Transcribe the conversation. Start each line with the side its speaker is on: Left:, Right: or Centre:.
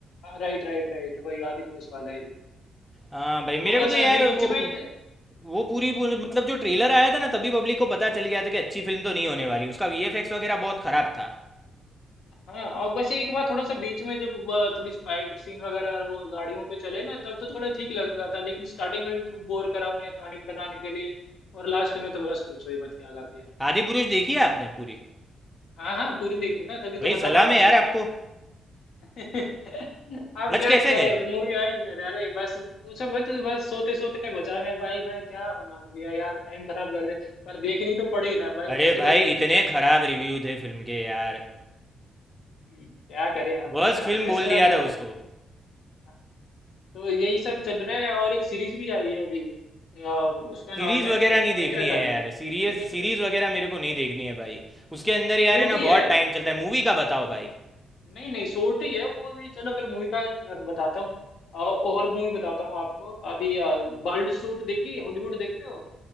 Left: हाँ राइट राइट राइट वही आदि पुरुष वाला ही
Centre: हाँ भाई मेरे
Left: थोड़ा
Centre: को तो यार
Left: सा बीच
Centre: वो
Left: में त-
Centre: वो पूरी पूरी- मतलब जो ट्रेलर आया था ना तभी पब्लिक को पता चल गया था कि अच्छी फिल्म तो नहीं होने वाली उसका वीएफएक्स वगैरह बहुत खराब था
Left: हाँ और बस एक बार थोड़ा सा बीच में जब अ, थोड़ी फाइट सीन वगैरह और वो गाड़ियों पे चले ना तब तो थोड़ा ठीक लगा था लेकिन स्टार्टिंग में भी खूब बोर करा उन्हें कहानी बनाने के लिए और लास्ट में तो बस पूछो ही मत क्या कर दिया
Centre: आदि पुरुष देखी है आपने पूरी
Left: हाँ हाँ पूरी देखी ना तभी तो
Centre: भाई
Left: बता
Centre: सलाम
Left: पा रहा
Centre: है
Left: हूँ
Centre: यार
Left: ये सब
Centre: आपको
Left: <laughs> अब
Centre: बच
Left: क्या
Centre: कैसे
Left: करे
Centre: गए
Left: मूवी आई अरे अरे बस पूछो मत बस सोते सोते बचा मैं भाई मैं क्या बना दिया यार टाइम खराब कर दिया पर देखनी तो पड़ी ना भाई
Centre: अरे
Left: पैसे
Centre: भाई
Left: लग रहे
Centre: इतने
Left: थे अपने
Centre: खराब रिव्यू थे फिल्म के यार
Left: हम्म, क्या करें अब
Centre: वर्स्ट
Left: बना
Centre: फिल्म
Left: पैसा
Centre: बोल
Left: लगेगा
Centre: दिया था
Left: देखने
Centre: उसको
Left: हाँ, तो यही सब चल रहा है और एक सीरीज भी आई है अभी अ, उसका नाम
Centre: सीरीज
Left: है
Centre: वगैरह नहीं देखनी
Left: एटर्नल
Centre: है यार सीरीज
Left: नहीं देखते
Centre: सीरीज वगैरह मेरे को नहीं देखनी है भाई उसके अंदर यार
Left: छोटी
Centre: है ना
Left: है
Centre: बहुत टाइम चलता है मूवी का बताओ भाई
Left: नहीं नहीं शॉर्ट ही है वो भी चलो फिर मूवी का कर- बताता हूँ औ- और मूवी बताता हूँ आपको अभी बर्ड सूट देखी हॉलीवुड देखते हो